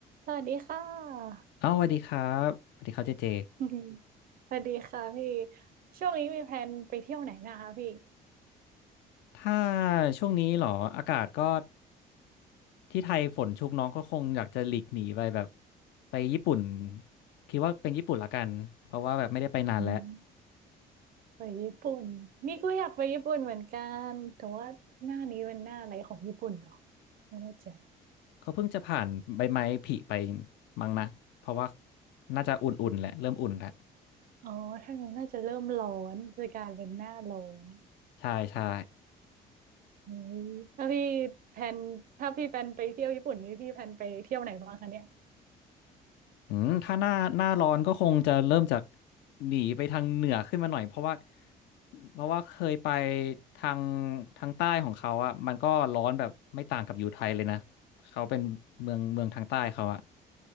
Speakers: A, on the right (about 55°); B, on the left (about 80°).
A: สวัสดีค่ะ
B: เอ้าสวัสดีครับสวัสดีครับเจเจ
A: <laughs> สวัสดีค่ะพี่ช่วงนี้มีแพลนไปเที่ยวไหนนะคะพี่
B: ถ้าช่วงนี้เหรอ อากาศก็ที่ไทยฝนชุกน้องก็คงอยากจะหลีกหนีไปแบบไปญี่ปุ่น คิดว่าเป็นญี่ปุ่นละกัน เพราะว่าแบบไม่ได้ไปนานแล้ว
A: อืมไปญี่ปุ่นนี่ก็อยากไปญี่ปุ่นเหมือนกันแต่ว่าหน้านี้เป็นหน้าอะไรของญี่ปุ่นเหรอไม่แน่ใจ
B: เขาเพิ่งจะผ่านใบไม้ผลิไปมั้งนะ เพราะว่าน่าจะอุ่นๆแหละ เริ่มอุ่นแล้ว
A: อ๋อถ้างั้นน่าจะเริ่มร้อนจะกลายเป็นหน้าร้อน
B: ใช่ใช่
A: อืมถ้าพี่แพลนถ้าพี่แพลนไปเที่ยวญี่ปุ่นนี่พี่แพลนไปเที่ยวไหนบ้างคะเนี่ย
B: อืมถ้าหน้าหน้าร้อนก็คงจะเริ่มจากหนีไปทางเหนือขึ้นมาหน่อยเพราะว่าเพราะว่าเคยไปทางทางใต้ของเขาอ่ะมันก็ร้อนแบบไม่ต่างกับอยู่ไทยเลยนะเขาเป็นเมืองเมืองทางใต้เขาอ่ะ